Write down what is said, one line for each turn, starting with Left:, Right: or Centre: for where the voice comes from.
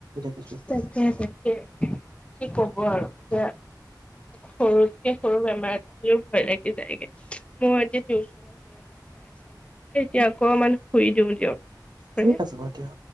Right: দেখিছো
Left: তাকে তাকে কি কব আৰু এতিয়া সৰুতকে সৰু বেমাৰ এটা বুলিও ভয় লাগি যায়গে মোৰ এতিয়া টিউচন আছে মানে চ চ এতিয়া অকমান শুই দিওঁ দিয়ক খুৰী।
Right: ঠিক আছে, বাৰু দিয়া।